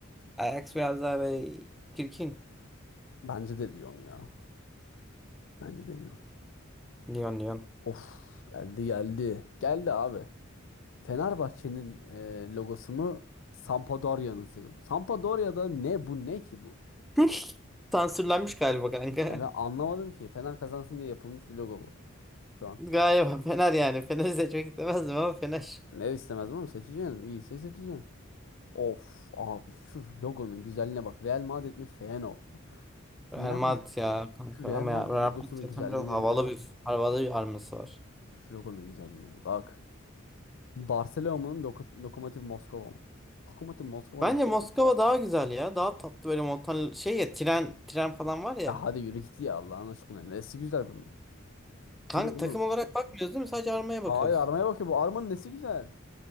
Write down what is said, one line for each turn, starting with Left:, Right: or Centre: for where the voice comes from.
Centre: Ajax biraz daha böyle çirkin.
Left: Bence de Lyon ya. Bence de Lyon.
Centre: Lyon Lyon.
Left: Of, geldi geldi. Geldi abi. Fenerbahçe'nin e, logosu mu, Sampdoria'nın logosu. Sampdoria'da ne bu ne ki bu?
Centre: <laughs> Sansürlenmiş galiba kanka.
Left: E ben anlamadım ki. Fener kazansın diye yapılmış bir logo bu şu an.
Centre: Galiba Fener yani. Fener'i seçmek istemezdim ama Fener.
Left: Ne istemezdim ama seçeceğim. İyiyse seçeceğim. Of abi şu logonun güzelliğine bak. Real Madrid mi Feyenoord mu?
Centre: Real
Left: Şu Real
Centre: Madrid
Left: Madrid,
Centre: ya kanka.
Left: şu Real
Centre: Ama
Left: Madrid
Centre: ya Real
Left: logosunun
Centre: Madrid zaten
Left: güzelliğine
Centre: biraz havalı
Left: bir bak.
Centre: bir havalı bir arması var.
Left: Şu logonun güzelliğine bir bak. Barcelona'nın Lokomotiv Moskova mı? Lokomotiv Moskova
Centre: Bence
Left: mı?
Centre: Moskova daha güzel ya. Daha tatlı böyle montan şey ya tren tren falan var ya.
Left: Ya hadi yürü git ya Allah'ın aşkına. Nesi güzel bunun?
Centre: Kanka
Left: Bu ne oğlum?
Centre: takım olarak bakmıyoruz değil mi? Sadece armaya bakıyoruz.
Left: Hayır armaya bak ya bu armanın nesi güzel?